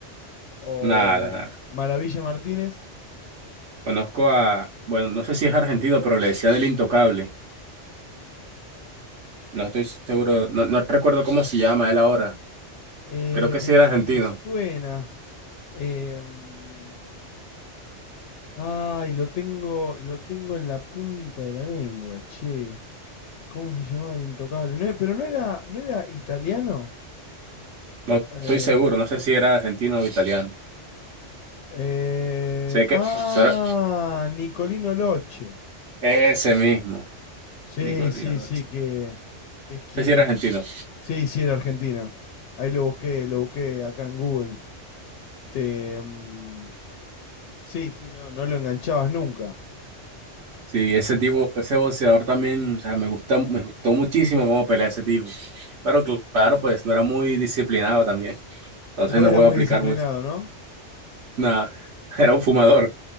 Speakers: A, on the left; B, on the right.
A: o
B: Nada, nada.
A: Maravilla Martínez.
B: Conozco a, bueno, no sé si es argentino, pero le decían el intocable. No estoy seguro, no, no recuerdo cómo se llama él ahora.
A: Eh,
B: Creo que
A: me,
B: sí era argentino.
A: me suena. em, ay, lo tengo, lo tengo en la punta de la lengua, che. ¿Cómo se llamaba el intocable? No, e- pero no era, no era italiano.
B: No
A: Eh,
B: estoy seguro, no sé si era argentino o italiano.
A: eh,
B: Sé que
A: ah,
B: solo-
A: Nicolino Loche.
B: ese mismo,
A: Sí,
B: Nicolino
A: sí,
B: Roche.
A: sí, que, que esqui-
B: No sé si era argentino.
A: Sí, sí, era argentino. Ahí lo busqué, lo busqué acá en Google. Te, mm, sí, sí, no, no lo enganchabas nunca.
B: Sí, ese tipo, ese boxeador también, o sea, me gusta, me gustó muchísimo cómo pelea ese tipo. Pero cl- claro, pues no era muy disciplinado también. Entonces
A: No
B: no
A: era
B: puedo
A: muy
B: aplicar
A: disciplinado,
B: mucho.
A: ¿no?
B: Nada, <laughs> era un fumador.